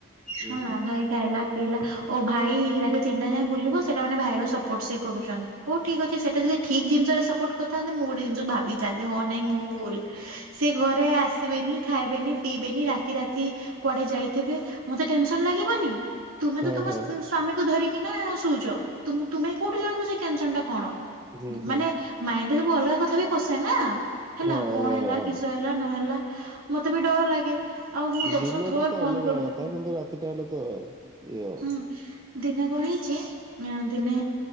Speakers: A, on the right; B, on the right.
A: ହେଲା
B: ହୁଁ ହୁଁ
A: ଭାଇ ଖାଇଲା ପିଇଲା ଓ ଭାଇ ରାତି ତିନିଟା ଯାଏ ବୁଲିବ ସେଟା ମେ ଭାଇର ସପୋର୍ଟ ସେ କରୁଛନ୍ତି। ହଉ ଠିକ ଅଛି ସେଇଟା ଯଦି ଠିକ ଜିନଷରେ ସପୋଟ କରିଥାନ୍ତ ମୁଁ ଗୋଟେ ଜିନିସ ଯନ୍ତି ହଁ ନାଇଁ ମୁଁ ଭୁଲ ସେ ଘରେ ଆସିବେନି ଖାଇବେନି ପିଇବେନି ରାତି ରାତି କୁଆଡେ ଯାଇଥିବେ ମତେ ଟେନସନ ଲାଗେ। ଲାଗିବନି। ତୁମେ
B: ହଁ
A: ତ ତମ
B: ହଁ
A: ସ୍ଵାମୀକୁ
B: ହଁ
A: ଧରିକି ନା ଶଉଛ ତୁମେ କୋଉଠୁ ଜାଣିବ ସେଇ ଟେନସନ ଟା କଣ?
B: ହୁଁ ହୁଁ
A: ମାନେ ମାଇଣ୍ଡରେ ସବୁ ଅଲଗା କଥା ବି ପସେ ନା। ହେଲା
B: ହଁ
A: କଣ
B: ଅଲଗା
A: ହେଲା
B: ହଁ।
A: କିସ ହେଲା ନହେଲା ମତେ ବି ଡର ଲାଗେ। ଆଉ ମୁଁ ଦଶ
B: ଦିନଟା
A: ଥର
B: ତ
A: ଫୋନ
B: ଅଲଗା
A: କରୁଥିବି
B: କଥା କିନ୍ତୁ ରାତିଟା ହେଲେ ତ ଇଏ ଆଉ।
A: ହୁଁ ଦିନେ କଣ ଯେ ଦିନେ